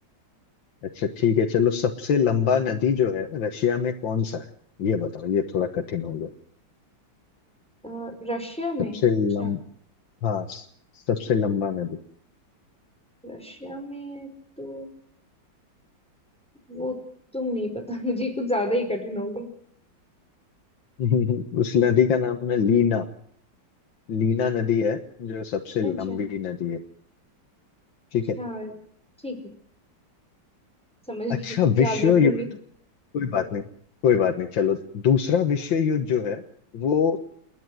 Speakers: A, on the left; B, in the centre.
A: अच्छा ठीक है चलो सबसे लंबा नदी जो है रशिया में कौन सा है ये बताओ ये थोड़ा कठिन हो गया
B: हो अ, रशिया में
A: सबसे
B: अच्छा
A: लम हाँ स- सबसे लंबा नदी
B: रशिया में तो वो तुम नहीं पता <laughs> मुझे कुछ ज्यादा ही कठिन हो गया
A: <laughs> उस नदी का नाम है लीना लीना नदी है जो सबसे लंबी
B: अच्छा
A: नदी है ठीक
B: अच्छा
A: है
B: ठीक है समझ
A: अच्छा
B: गई
A: विश्व
B: याद रखूंगी
A: युद्ध कोई बात नहीं कोई बात नहीं चलो दूसरा विश्व युद्ध जो है वो